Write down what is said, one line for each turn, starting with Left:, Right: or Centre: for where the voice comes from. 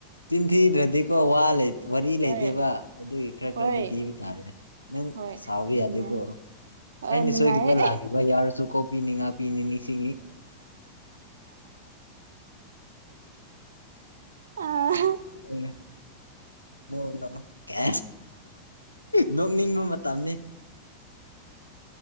Left: ꯇꯤꯟꯊꯤꯗ꯭ꯔꯥꯗꯤꯀꯣ ꯋꯥꯜꯥꯏ ꯋꯥꯔꯤ ꯂꯩꯗꯦꯕ
Right: ꯍꯣꯏ
Left: ꯑꯗꯨꯒꯤ ꯈꯔ
Right: ꯍꯣꯏ
Left: ꯈꯔꯗꯤ ꯊꯤꯕ ꯇꯥꯔꯦ ꯅꯪ
Right: ꯍꯣꯏ
Left: ꯁꯥꯎꯕ
Right: ꯑꯗꯨꯅꯦ
Left: ꯌꯥꯗꯦꯀꯣ꯫
Right: ꯑ
Left: ꯑꯩꯅ
Right: ꯅꯨꯡꯉꯥꯏꯌꯦ
Left: ꯁꯣꯏꯈꯤꯕ ꯂꯥꯡꯈꯤꯕ ꯌꯥꯎꯔꯁꯨ ꯀꯣꯄꯤꯤꯅꯤ ꯉꯥꯄꯤꯅꯤ ꯅꯤꯡꯁꯤꯡꯅꯤ
Right: ꯑ ꯍꯥ
Left: ꯎꯅ ꯅꯣꯡ ꯅ ꯀ ꯅꯣꯛꯅꯤꯡꯕ ꯃꯇꯝꯅꯤ꯫